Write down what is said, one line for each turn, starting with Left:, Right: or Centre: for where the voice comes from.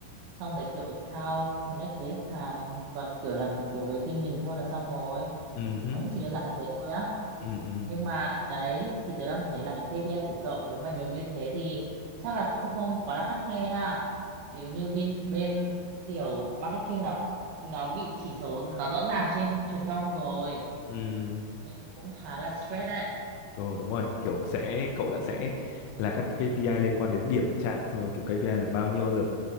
Right: xong đấy kiểu account connect với khách hàng và kiểu làm của với team mình thôi là xong rồi
Left: ừ hứ,
Right: nó cũng chỉ đơn giản là thế thôi á
Left: ừ ừ
Right: nhưng mà đấy thì tớ đang thấy là cái KPI của cậu nếu mà nhiều như thế thì chắc là cũng không quá là khắt khe ha chứ như bên bên kiểu marketing nó nó bị chỉ số nó rõ ràng trên truyền thông rồi
Left: ừ
Right: Em cũng khá là stress đấy.
Left: Ờ đúng rồi, kiểu sẽ cậu đã sẽ là các KPI liên quan đến điểm chạm xong rồi kiểu KPI là bao nhiêu lượt